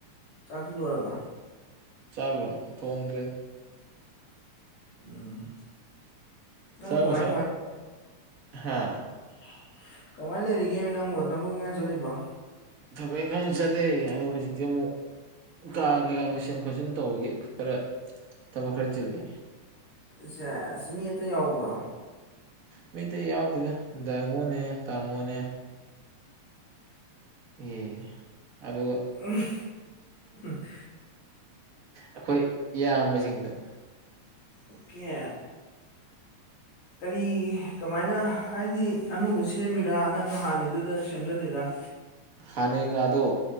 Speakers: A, on the left (about 65°); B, on the right (about 40°).
A: ꯆꯥꯛꯇꯤ ꯂꯣꯏꯔꯕ
B: ꯆꯥꯛꯂꯣ ꯊꯣꯡꯗ꯭ꯔꯤꯗ
A: ꯎꯝ ꯅꯪ
B: ꯆꯥꯛ
A: ꯀꯃꯥꯏ
B: ꯉꯁꯥꯏ ꯍꯥ
A: ꯍꯥ ꯀꯃꯥꯏ ꯂꯩꯔꯤꯒꯦꯃꯤ ꯅꯪꯕꯨ ꯊꯕꯛ ꯏꯪꯒꯥꯡ ꯆꯠꯂꯤꯕꯣ
B: ꯊꯕꯛ ꯏꯪꯒꯥꯡ ꯆꯠꯂꯤ ꯑꯗꯣ ꯍꯨꯖꯤꯛꯇꯤ ꯑꯃꯨꯛ ꯀꯥ ꯀꯩꯀꯥ ꯂꯣꯏꯁꯟ ꯈꯣꯠꯆꯤꯟ ꯇꯧꯕꯒꯤ ꯈꯔ ꯊꯕꯛ ꯈꯔ ꯆꯤꯜꯂꯤ
A: ꯁꯦꯁ ꯃꯤ ꯑꯇꯩ ꯌꯥꯎꯕ꯭ꯔꯣ
B: ꯃꯤ ꯑꯇꯩ ꯌꯥꯎꯗꯦꯗ ꯗꯥꯏꯉꯣꯅꯦ ꯇꯥꯉꯣꯅꯦ ꯑꯦ ꯑꯗꯨꯒ
A: ꯑꯝ <unintelligible>
B: ꯑꯈꯣꯏ ꯏꯌꯥꯝꯕꯁꯤꯡꯗ
A: ꯑꯣꯀꯦ ꯀꯔꯤ ꯀꯃꯥꯏꯅ ꯍꯥꯏꯗꯤ ꯑꯅꯧꯕ ꯁꯦꯝꯃꯤꯔꯥ ꯅꯠꯇ꯭ꯔ ꯍꯥꯟꯅꯩꯗꯨꯗ ꯁꯦꯝꯖꯜꯂꯤꯔꯥ
B: ꯍꯥꯟꯅꯩ ꯀꯥꯗꯣ